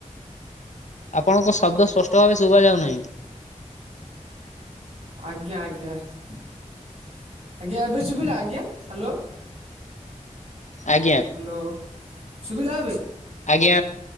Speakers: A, on the left; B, on the right.
A: ଆପଣଙ୍କ ଶବ୍ଦ ସ୍ପଷ୍ଟ ଭାବେ ଶୁଭା ଯାଉନାହିଁ।
B: ଆଜ୍ଞା ଆଜ୍ଞା ଆଜ୍ଞା ଏବେ ଶୁଭିଲା ଆଜ୍ଞା ହ୍ୟାଲୋ।
A: ଆଜ୍ଞା।
B: ହ୍ୟାଲୋ ସୁଭିଲା ଏବେ।
A: ଆଜ୍ଞା